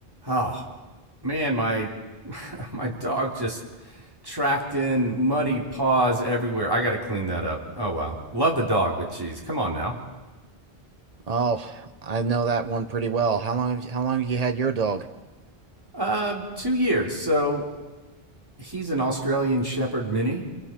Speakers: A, on the right (about 20°); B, on the right (about 40°).
A: Oh, man, my <laughs> my dog just tracked in muddy paws everywhere. I got to clean that up. Oh wow. Love the dog, but geez, come on now.
B: Oh, I know that one pretty well. How long have you, how long have you had your dog?
A: Uh 2 years. So he's an Australian Shepherd mini